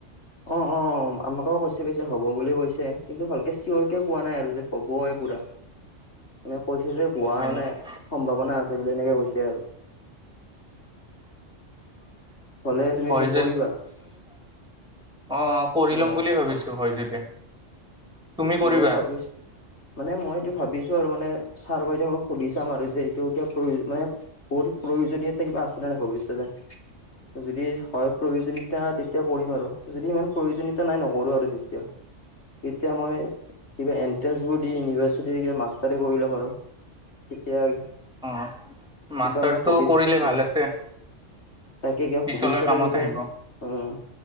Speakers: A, on the left; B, in the centre.
A: অহ অহ আমাকেও কৈছে পিছে হ'ব বুলি কৈছে কিন্তু ভালকে চিয়ৰ কে কোৱা নাই আৰু যে হ'বে পোৰা ম কৈছ যে হোৱা
B: হয়
A: মানে
B: নেকি,
A: সম্ভাৱনা আছে বুলি এনেকে কৈছে আৰু হলে তুমি
B: হয়
A: কি কৰিবা।
B: অ অ কৰি
A: অ',
B: ল'ম বুলি ভাবিছো হয় যদি তুমি কৰিবা?
A: মইও ভাবিছো মানে মইতটো ভাবিছো আৰু মানে ছাৰ বাইদেউক অলপ সুধি চাম আৰু যে এইটো কিবা প্ৰয়ো মানে বহুত প্ৰয়োজনীয়তা কিবা আছে নে নাই ভৱিষ্যতে <unintelligible> যদি হয় প্ৰয়োজনতা তেতিয়া কৰিম আৰু যদি ইমান প্ৰয়োজনীয়তা নাই নকৰো আৰু তেতিয়া এতিয়া মই কিবা এনট্ৰেন্ঞ্চবোৰ দি ইউনিভাৰ্চিটিৰ ক মাষ্টাৰে কৰি ল'ম আৰু তেতিয়া
B: অ
A: কিবা
B: মাষ্টাৰছটো
A: মানে ভৱিষ
B: কৰিলে
A: উম
B: ভাল আছে
A: তাকে কিবা
B: পিছলৈ
A: ভৱিষ্যতৰ
B: কামত
A: বিষয়ে
B: আহিব।
A: উম